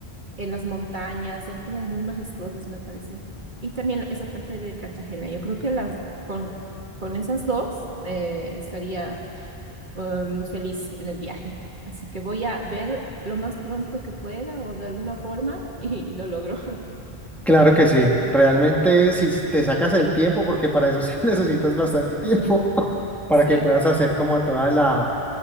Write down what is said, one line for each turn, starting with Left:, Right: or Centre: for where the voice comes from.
Right: eh, las montañas, son como muy majestuosas, me parece. Y también esa parte de Cartagena, yo creo que las con, con esas dos eh, estaría em, feliz en el viaje. Así que voy a ver lo más pronto que pueda o de alguna forma <laughs> y, y lo logro. <laughs>
Centre: Claro que sí, realmente si te sacas el tiempo, porque para eso sí <laughs> necesitas bastante tiempo,
Right: Ujú,
Centre: <laughs> para
Right: Cierto.
Centre: que puedas hacer como toda la,